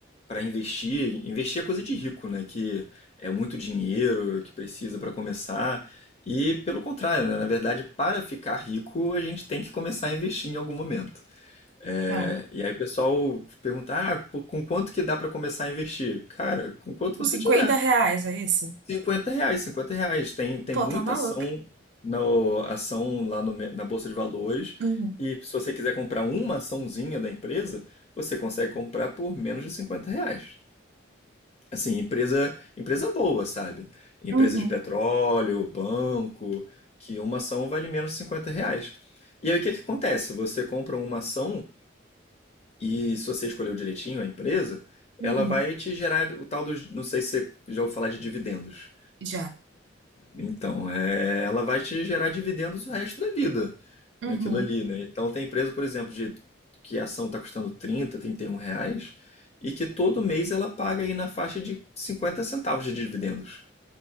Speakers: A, on the left; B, on the right.
A: para investir, investir é coisa de rico, né? Que é muito dinheiro que precisa para começar. E pelo contrário, né? Na verdade, para ficar rico, a gente tem que começar a investir em algum momento. É,
B: Tá.
A: e aí o pessoal pergunta, ah, pô, com quanto que dá para começar a investir? Cara, com quanto
B: Uns
A: você
B: 50
A: tiver.
B: reais, é isso?
A: cinquenta reais, 50 reais. Tem, tem
B: Pô,
A: muita
B: tá maluca.
A: ação, no, ação lá no me- na Bolsa de Valores.
B: Uhum,
A: E se você quiser comprar uma açãozinha da empresa, você consegue comprar por menos de 50 reais. Assim, empresa, empresa boa, sabe? Empresa
B: uhum,
A: de petróleo, banco, que uma ação vale menos de 50 reais. E aí o que que acontece? Você compra uma ação e se você escolheu direitinho a empresa,
B: uhum.
A: ela vai te gerar o tal dos. Não sei se você já ouviu falar de dividendos.
B: Já.
A: Então, é, ela vai te gerar dividendos o resto da vida
B: Uhum.
A: naquilo ali, né? Então, tem empresa, por exemplo, de que a ação está custando trinta, trinta e um reais e que todo mês ela paga aí na faixa de 50 centavos de dividendos.